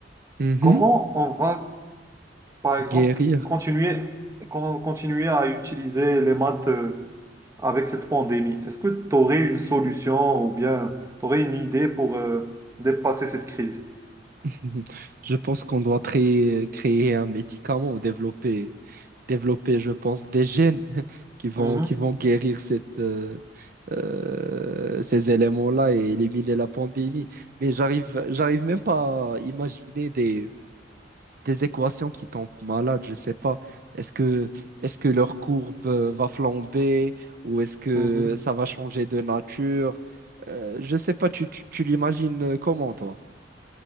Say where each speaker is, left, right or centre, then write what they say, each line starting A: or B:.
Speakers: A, on the right; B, on the right.
A: Mhm.
B: Comment on va, par exemple,
A: Guérir.
B: continuer, con- continuer à utiliser les maths euh, avec cette pandémie? Est-ce que tu aurais une solution ou bien tu aurais une idée pour euh, dépasser cette crise?
A: <laughs> Je pense qu'on doit créer, créer un médicament ou développer, développer, je pense, des gènes <laughs> qui vont,
B: Mhm,
A: qui vont guérir cette, euh, euh, ces éléments-là et éliminer la pandémie. Mais j'arrive, j'arrive même pas à imaginer des équations qui tombent malades, je sais pas. Est-ce que, est-ce que leur courbe euh, va flamber ou est-ce que
B: mhm.
A: ça va changer de nature? Euh, je sais pas, tu, tu, tu l'imagines euh, comment, toi?